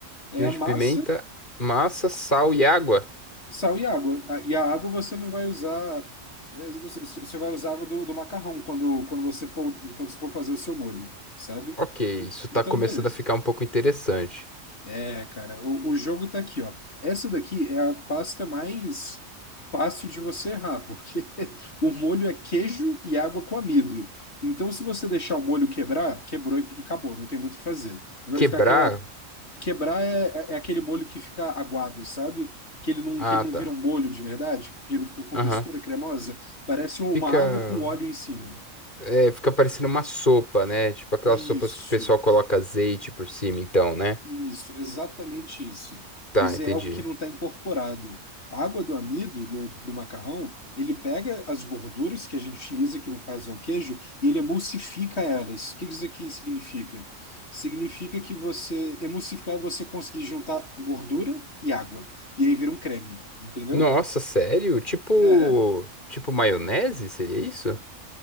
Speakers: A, on the left (about 55°); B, on the left (about 35°).
A: é
B: Queijo,
A: a massa
B: pimenta, massa, sal e água.
A: Sal e água. A- E a água você não vai usar. é, Você você vai usar água do, do macarrão quando, quando você for, quando você for fazer o seu molho, sabe?
B: Ok,
A: En-
B: isso tá
A: Então,
B: começando
A: beleza.
B: a ficar um pouco interessante.
A: É, cara, o, o jogo tá aqui, ó. Essa daqui é a pasta mais fácil de você errar, porque <laughs> o molho é queijo e água com amido. Então, se você deixar o molho quebrar, quebrou e e acabou, não tem muito o que fazer. Vai
B: Quebrar?
A: ficar aquela, Quebrar é, é é aquele molho que fica aguado, sabe? Que ele não,
B: Ah,
A: que ele não
B: tá.
A: vira um molho de verdade, que ele não fica com
B: Aham.
A: textura cremosa. Parece uma
B: Fica,
A: água com óleo em cima.
B: é, fica parecendo uma sopa, né? Tipo aquelas
A: Isso.
B: sopas que o pessoal coloca azeite por cima, então, né?
A: Isso, exatamente isso.
B: Tá,
A: Isso
B: entendi.
A: é algo que não está incorporado. A água do amido, do, do macarrão, ele pega as gorduras que a gente utiliza, que no caso é o queijo, e ele emulsifica elas. O que isso aqui significa? Significa que você, emulsificar, é você conseguir juntar gordura e água. E aí vira um creme, entendeu?
B: Nossa, sério? Tipo,
A: É.
B: tipo maionese? Seria isso?